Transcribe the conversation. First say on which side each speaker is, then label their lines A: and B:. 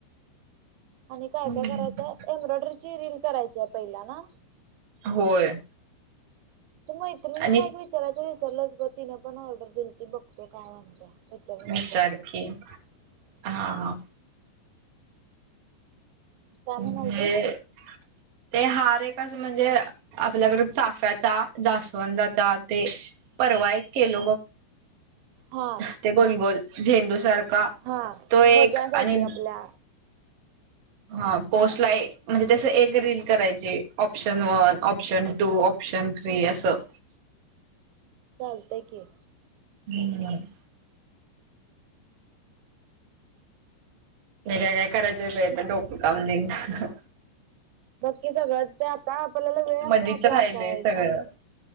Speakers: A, on the right (about 85°); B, on the right (about 55°).
A: आणि काय
B: हम्म.
A: काय करायचंय एम्ब्रॉयडरीची रील करायची आहे पहिला ना.
B: होय
A: त मैत्रिणीला
B: आणि
A: एक विचारायचं विसरलंच ग तिने पण ऑर्डर दिली त बघतो काय म्हणत्या. विचारून मॅसेज
B: विचार
A: करते
B: की हा हा
A: काय
B: म्हणजे
A: म्हणालतीस
B: ते हार आहे क असं म्हणजे आपल्याकडे चाफ्याचा जास्वंदाचा ते.. परवा केलो मग
A: हा
B: ते गोलगोल झेंडू सारख. का
A: हा
B: तो एक
A: ह्याच्यासाठी
B: आणि..
A: आपल्या
B: हा पोस्ट ला म्हणजे तस एक रील
A: हा
B: करायची.. option one option two option three असं..
A: चालतय की..
B: हम्म हे काय काय करायचे ब
A: तस
B: तर डोक काम दिना.
A: बाक्की सगळंच ते आता आपल्याला वेळ
B: मधीच
A: असून आपला
B: राहिलय
A: असा आहे
B: सगळं
A: आणि.